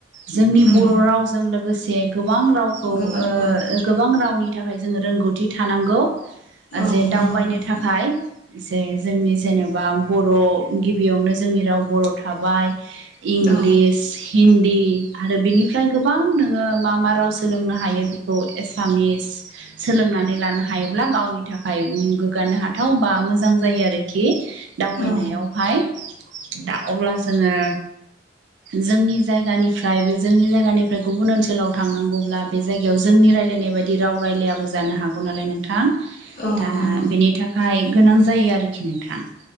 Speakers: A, on the right (about 75°); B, on the left (about 50°).
A: जोंनि
B: उम
A: बर' रावजों लोगोसे गोबां रावखौ
B: गोबां
A: ओ
B: औ
A: गोबां रावनि थाखाय जोङो रोंगौथि थानांगौ
B: औ
A: जे दावबायनो
B: नंगौ नोंथां
A: थाखाय जे जोंनि जेनेबा बर' गिबियावनो जोंनि राव बर' थाबाय इंलिस
B: औ
A: हिन्दी आरो बिनिफ्राय गोबां नोङो मा मा राव सोलोंनो हायो बेखौ एसामिस सोलोंनानै लानो हायोब्ला गावनि थाखाय गो गानो हाथाव बा मोजां जायो आरोखि दावबायनायाव।
B: औ
A: हायो दा अब्ला जोङो जोंनि जायगानिफ्राय बे जोंनि जायगानिफ्राय गुबुन ओनसोलाव थांनांगौब्ला बे जायगायाव जोंनि रायलायनाय बायदि राव रायलायाबो जानो हागौ नालाय नोंथां
B: औ
A: दा
B: नंगौ
A: बेनि थाखाय गोनां जायो आरोखि नोंथाङा